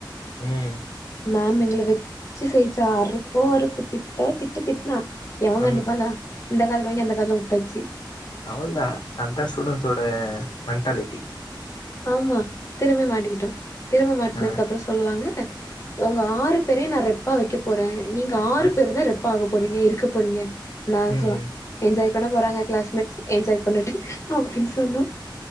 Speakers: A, on the left; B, on the left.
A: ம்
B: மேம் எங்கள வெச் ச்சி செய்ச்சா அறுப்போ அறுப்பு திட்டோ திட்டு திட்னா எவே
A: அந்
B: கண்டு பாக்குறா இந்த காதுல வாங்கி அந்த காதுல விட்டாச்சு
A: அவ்ள்தா அத்தா ஸ்டுடென்ட்ஸ் ஓட மென்ட்டாலிட்டி
B: ஆமா திரும்ப மாட்டிக்கிட்டோ திரும்ப மாட்டினதுக்கு
A: ஆ
B: அப்றோ சொல்வாங்க உங்க ஆறு பேரையு நா ரெப்பா வெக்க போறே நீங்க ஆறு
A: ஆ
B: பேருந்தா ரெப்பா ஆக போறீங்க இருக்க போறீங்க நாங்க
A: ம்
B: சொன்னோ என்ஜாய் பண்ண போறாங்க கிளாஸ்மேட்ஸ் என்ஜாய் பண்ணட்டு அப்டின்னு சொன்னோ